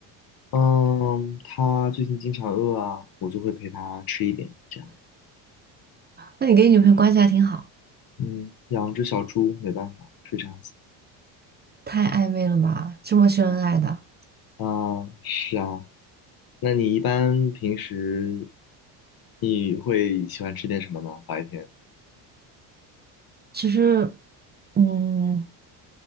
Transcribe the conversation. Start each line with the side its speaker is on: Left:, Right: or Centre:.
Left: 嗯，她最近经常饿啊，我就会陪她吃一点，这样。
Right: 那你跟你女朋友关系还挺好，
Left: 嗯，养只小猪没办法，是这样子。
Right: 太暧昧了吧？这么秀恩爱的。
Left: 啊，是啊，那你一般平时你会喜欢吃点什么呢？白天，
Right: 其实，嗯，